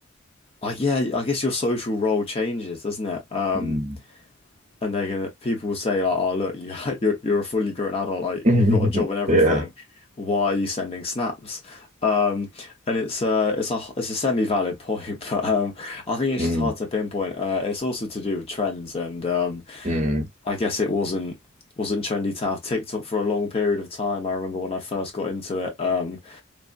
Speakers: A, on the left; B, on the right.
A: oh yeah, I guess your social role changes, doesn't it? Um,
B: mm.
A: and they're gonna people will say like, "Oh, look, you <laughs> you're you're a fully grown adult, like
B: <laughs>
A: you've got a job and everything.
B: Yeah.
A: Why are you sending snaps?" Um, and it's uh it's a it's a semi-valid point, <laughs> but um, I think it's
B: Mm,
A: just hard to pinpoint. Uh, it's also to do with trends, and um,
B: mm,
A: I guess it wasn't. Wasn't trendy to have TikTok for a long period of time. I remember when I first got into it, um,